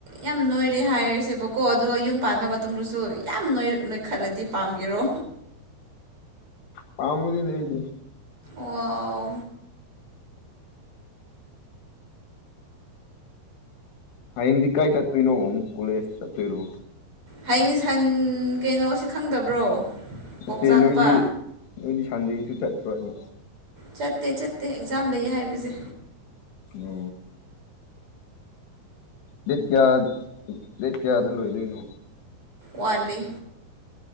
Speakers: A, on the right; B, on the left.
A: ꯌꯥꯝ ꯅꯣꯏꯔꯦ ꯍꯥꯏꯔꯁꯦꯕꯀꯣ ꯑꯗꯨꯒ ꯌꯨꯝ ꯄꯥꯟꯕ ꯃꯇꯨꯡꯗꯁꯨ ꯌꯥꯝ ꯅꯣꯏ ꯅꯣꯏ ꯈꯜꯂꯗꯤ ꯄꯥꯝꯒꯦꯔꯣ
B: ꯄꯥꯕꯨꯗꯤ ꯂꯩꯁꯤ
A: ꯋꯥꯎ
B: ꯍꯌꯦꯡꯗꯤ ꯀꯥꯏ ꯆꯠꯇꯣꯏꯅꯣꯨꯛ ꯀꯣꯂꯦꯖ ꯆꯠꯇꯣꯏꯔꯣ
A: ꯍꯌꯦꯡꯟ ꯀꯩꯅꯣꯁꯤ ꯈꯪꯗꯕ꯭ꯔꯣ
B: ꯅꯠꯇꯦ
A: ꯀꯣꯛꯆꯥꯛꯄ
B: ꯅꯣꯏꯗꯤ ꯅꯣꯏꯗꯤ ꯁꯟꯗꯦꯁꯨ ꯆꯠꯇ꯭ꯔꯣ ꯍꯥꯏꯕ
A: ꯆꯠꯇꯦ ꯆꯠꯇꯦ ꯑꯦꯛꯖꯥꯝ ꯂꯩ ꯍꯥꯏꯕꯁꯦ
B: ꯑꯗꯨ ꯔꯦꯠ ꯀꯌꯥ ꯔꯦꯠ ꯀꯌꯥꯗꯅ ꯂꯣꯏꯗꯣꯏꯅꯣ
A: ꯋꯥꯂꯤꯂꯤ